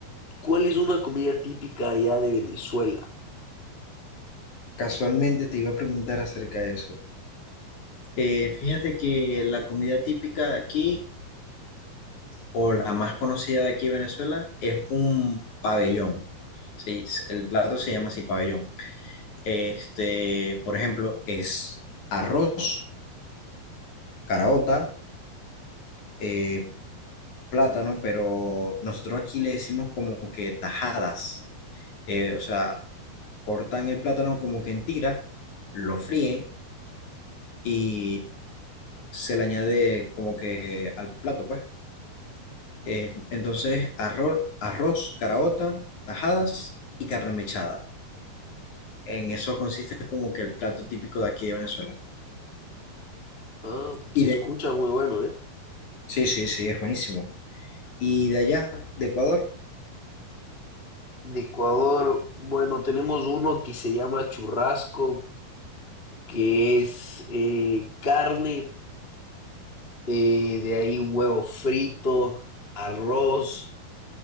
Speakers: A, on the left; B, on the left.
A: ¿cuál es una comida típica allá de Venezuela?
B: casualmente te iba a preguntar acerca de eso. Eh, fíjate que la comida típica de aquí o la más conocida de aquí de Venezuela, es un pabellón. Sí, s- el plato se llama así pabellón. Este, por ejemplo, es arroz, caraota, eh, plátano, pero nosotros aquí le decimos como que tajadas. Eh, o sea, cortan el plátano como que en tiras, lo fríen y se le añade como que al plato, pues. Eh, entonces, arroz, arroz, caraota, tajadas y carne mechada. En eso consiste como que el plato típico de aquí de Venezuela.
A: Ah,
B: Y
A: se
B: de...
A: escucha muy bueno, ¿eh?
B: Sí, sí, sí, es buenísimo. Y de allá, de Ecuador,
A: De Ecuador, bueno, tenemos uno que se llama churrasco, que es eh, carne, eh, de ahí huevo frito, arroz,